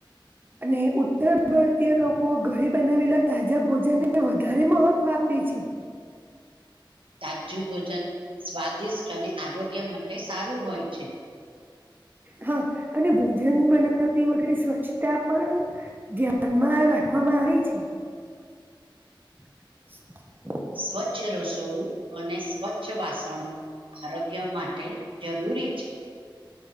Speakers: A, on the right; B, on the right.
A: અને ઉત્તર ભારતીય લોકો ઘરે બનાવેલા તાજા ભોજનને વધારે મહત્વ આપે છે
B: <inaudible> <inaudible> તાજું ભોજન સ્વાદિષ્ટ અને આરોગ્ય માટે સારું હોય છે
A: હા અને ભોજન બનાવતી વગેરે સ્વચ્છતા પણ ધ્યાનમાં રાખ રાખવામાં આવી છે <unintelligible> <unintelligible>
B: સ્વચ્છ રસોડું અને સ્વચ્છ વાસણો આરોગ્ય માટે જરૂરી છે